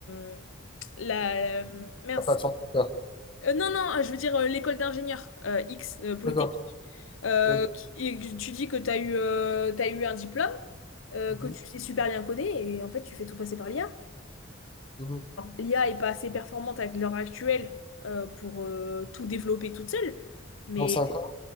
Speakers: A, on the left (about 80°); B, on the left (about 25°).
A: le- la, mince.
B: Ah, pas de 100 000 balles.
A: Euh, non, non, je veux dire euh, l'école d'ingénieur euh, X, euh, Polytechnique.
B: D'accord.
A: Euh,
B: Ok.
A: qui- et que tu dis que tu as eu, euh, t'as eu un diplôme, euh,
B: Mhm.
A: que tu sais super bien coder et en fait tu fais tout passer par l'IA.
B: Mhm.
A: L'IA est pas assez performante avec l'heure actuelle euh, pour euh, tout développer toute seule. Mais,
B: Dans 5 ans.